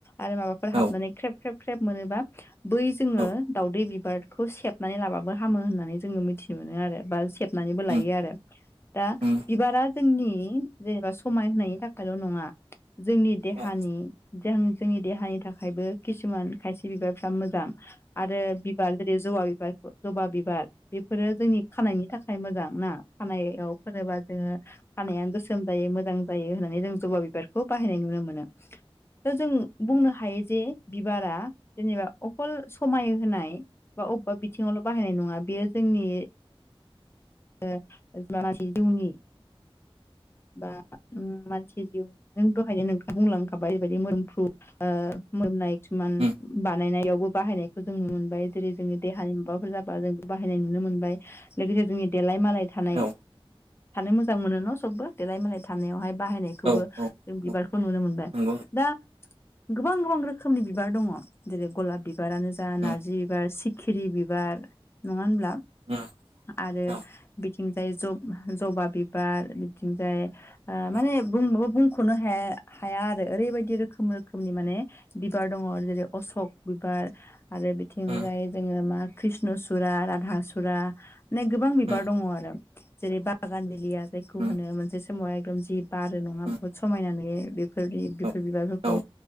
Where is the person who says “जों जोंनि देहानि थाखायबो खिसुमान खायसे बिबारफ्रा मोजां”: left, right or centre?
Left